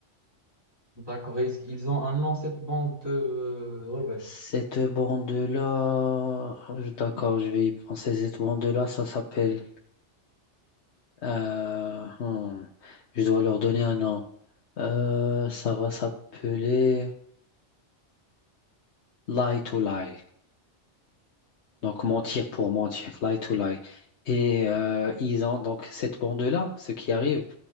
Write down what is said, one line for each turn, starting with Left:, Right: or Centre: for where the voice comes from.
Right: D'accord, et est-ce qu'ils ont un nom, cette bande de euh, rebelles.
Left: Cette bande-là, je- d'accord, je vais y penser. Cette bande-là, ça s'appelle. euh, hmm, je dois leur donner un nom. Euh, ça va s'appeler Lie to Lie. Donc mentir pour mentir, lie to lie. Et euh, ils ont donc cette bande-là, ce qui arrive,